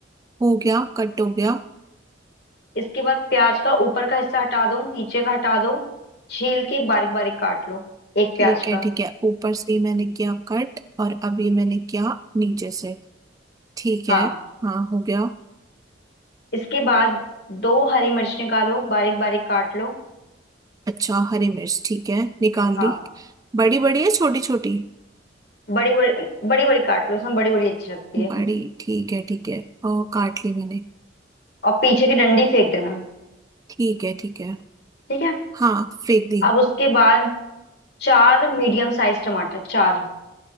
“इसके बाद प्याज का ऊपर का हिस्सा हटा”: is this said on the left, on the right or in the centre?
Left